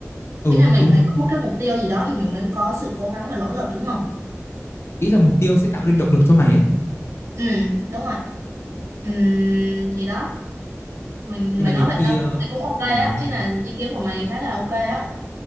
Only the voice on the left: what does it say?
ừ
đúng
rồi
ý là mục tiêu sẽ tạo nên động lực cho mày ấy
nhưng
mà nhiều
khi
ờ,
ở